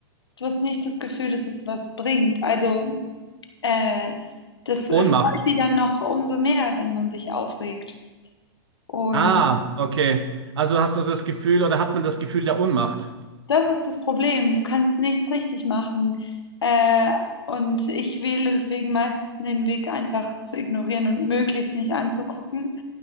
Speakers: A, on the left; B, on the right.
A: du hast nicht das Gefühl, dass es was bringt. Also äh, das äh,
B: Ohnmacht.
A: freut die dann noch umso mehr, wenn man sich aufregt. Und
B: Ah, okay. Also hast du das Gefühl oder hat man das Gefühl der Ohnmacht?
A: Das ist das Problem. Du kannst nichts richtig machen. Äh, und ich wähle deswegen meist den Weg, einfach zu ignorieren und möglichst nicht anzugucken.